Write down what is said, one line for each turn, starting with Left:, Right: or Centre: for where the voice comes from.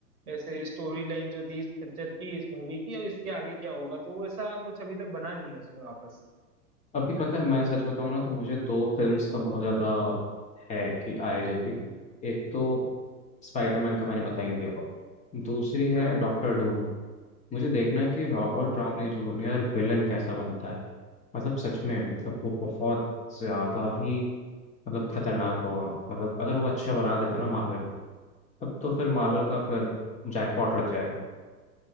Right: ऐसे स्टोरी लाइन जो थी इस पिक्चर की इस मूवी की अब इसके आगे क्या होगा तो वो ऐसा कुछ अभी तक बना नहीं है उसमें वापस
Left: अभी पता है मैं सच बताऊं ना तो मुझे दो फिल्म्स का बहुत ज़्यादा है कि आए जल्दी एक तो स्पाइडरमैन का मैंने बता ही दिया दूसरी है
Right: हाँ
Left: डॉक्टर डूम मुझे देखना है कि रॉबर्ट
Right: हाँ
Left: डाउनी जूनियर विलन कैसा बनता है मतलब सच में मतलब वो बहुत ज़्यादा ही मतलब खतरनाक होगा मतलब अगर वो अच्छा बना देते ना मार्वल तब तो फिर मार्वल का फिर जैकपॉट लग जाएगा